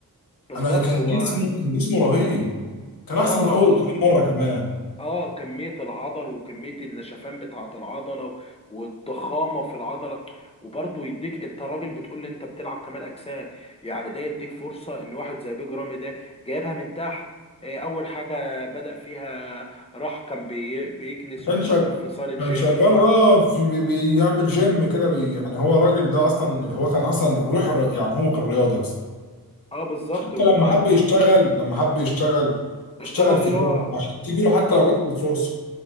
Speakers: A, on the left; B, on the left.
A: بالظبط
B: انا كان
A: هو
B: جسمه كان جسمه رهيب كان
A: اه
B: احسن من اول بكتير مره كمان
A: اه كمية العضل وكمية النشفان بتاعة العضلة والضخامة في العضلة وبرضه يديك انت راجل بتقول لي انت بتلعب كمال اجسام يعني ده يديك فرصة ان واحد زي بيج رامي ده جايبها من تحت آه، اول حاجة بدأ فيها راح كان بي- بيكنس
B: كان
A: وينظف
B: شغال
A: في صالة جيم
B: كان شغال اه في بي- بيعمل جيم كده بي- يعني هو الراجل ده اصلا هو كان اصلا روح ر- يعني هو كان رياضي اصلا
A: اه بالظبط
B: حتى
A: واشتغل
B: لما حب يشتغل لما حب يشتغل اشتغل
A: اللي
B: في جيم
A: هو
B: عشان تيجي له حتى لو جات له الفرصه